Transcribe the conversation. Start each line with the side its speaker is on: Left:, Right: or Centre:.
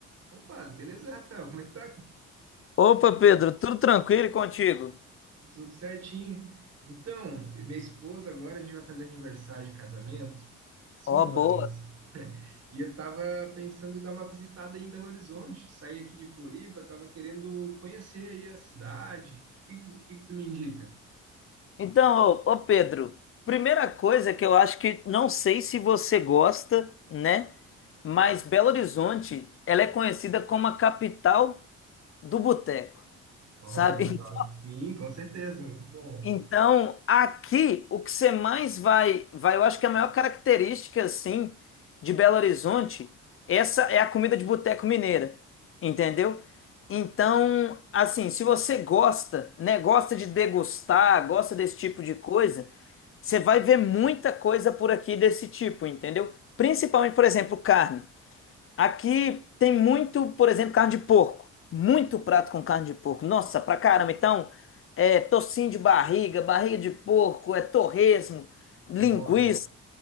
Right: Opa, beleza, Rafael? Como é que tá?
Left: Opa, Pedro, tudo tranquilo e contigo?
Right: Tudo certinho. Então, minha esposa agora a gente vai fazer aniversário de casamento, cinco
Left: Ó, boa.
Right: anos. <laughs> E eu tava pensando em dar uma visitada aí em Belo Horizonte, sair aqui de Floripa, tava querendo conhecer aí a cidade. O que, que, o que que tu me indica?
Left: Então, ô, ô, Pedro, primeira coisa que eu acho que não sei se você gosta, né? Mas Belo Horizonte, ela é conhecida como a capital do boteco,
Right: Olha
Left: sabe? <laughs>
Right: só, sim, com certeza, muito bom.
Left: Então, aqui o que você mais vai, vai, eu acho que a maior característica assim de Belo Horizonte, essa é a comida de boteco mineira, entendeu? Então, assim, se você gosta, né, gosta de degustar, gosta desse tipo de coisa, você vai ver muita coisa por aqui desse tipo, entendeu? Principalmente, por exemplo, carne. Aqui tem muito, por exemplo, carne de porco. Muito prato com carne de porco. Nossa, pra caramba. Então, é tocinho de barriga, barriga de porco, é torresmo, linguiça.
Right: Nossa,